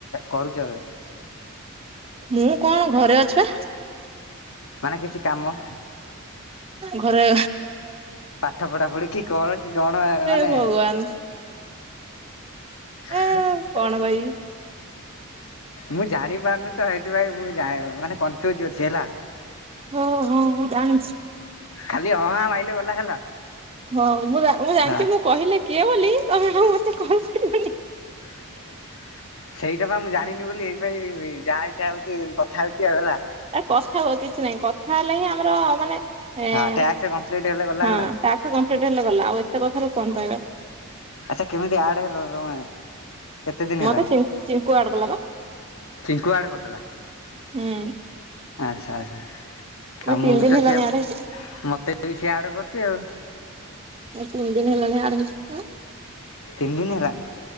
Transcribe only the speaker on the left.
କରୁଛ ଏବେ।
ମାନେ କିଛି କାମ।
ପାଠ ପଢା ପଢି କି କଣ କି କଣ ମାନେ?
<inaudible>
ମୁଁ ଜାଣି ପାରୁନି ତ ହେଇଥି ପାଇଁ ମୁଁ ବି ଜାଣି ମାନେ କନଫ୍ୟୁଜ ଅଛି ହେଲା।
ଖାଲି ହଁ ହାଁ ମାଇଲେ ଗଲା ହେଲା।
ହଁ
<inaudible> ସେଇଟା ପା ମୁଁ ଜାଣିନି ବୋଲି ସେଇଥି ପାଇଁ ଯାହା ଇଚ୍ଛା ହୋଉଚି କଥା ହୋଉଚି ଆଉ ହେଲା।
ହଁ ଟ୍ୟାକ୍ସ କମ୍ପ୍ଲିଟ ହେଲେ ଗଲା ହେଲା।
ଆଚ୍ଛା କେମିତି ଆଡ ହେଲ ତମେ। କେତେ ଦିନି ହେଲାଣି
ଚିଙ୍କୁ ଆଡ କରିଦେଲା।
ଆଚ୍ଛା ଆଚ୍ଛା ଆ ମୁଁ
ବି
ତ
ସେୟା
ମତେ ବି ସିଏ ଆଡ କରିଚି ଆଉ।
ତିନି ଦିନ ହେଲାଣି?